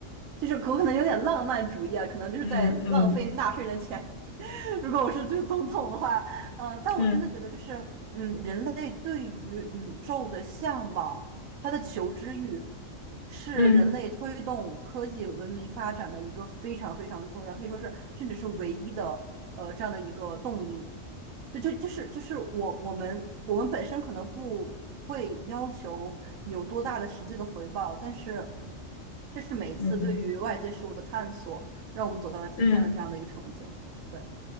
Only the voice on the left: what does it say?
嗯嗯
嗯
嗯
嗯。
嗯